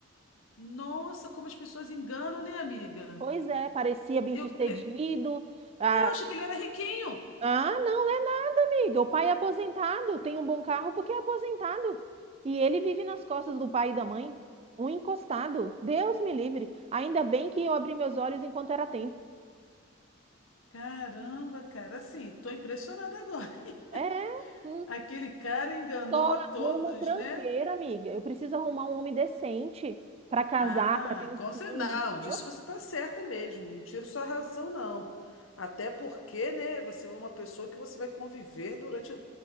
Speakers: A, on the left; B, on the right.
A: Nossa, como as pessoas enganam, né, amiga?
B: Pois é, parecia bem-sucedido.
A: Eu, cre-
B: Ah,
A: É, eu achei que ele era riquinho.
B: ah, não, é, não, amiga. O pai é aposentado, tem um bom carro porque é aposentado. E ele vive nas costas do pai e da mãe. Um encostado. Deus me livre. Ainda bem que eu abri meus olhos enquanto era tempo.
A: Caramba, cara, assim, tô impressionada agora.
B: É,
A: <laughs>
B: hum,
A: Aquele cara enganou
B: só
A: a
B: arruma
A: todos,
B: tranqueira,
A: né?
B: amiga. Eu preciso arrumar um homem decente para casar,
A: Ah,
B: para ter um
A: com
B: filho,
A: certeza. Não,
B: entendeu?
A: disso você está certa mesmo. Não tiro sua razão, não. Até porque, né, você é uma pessoa que você vai conviver durante a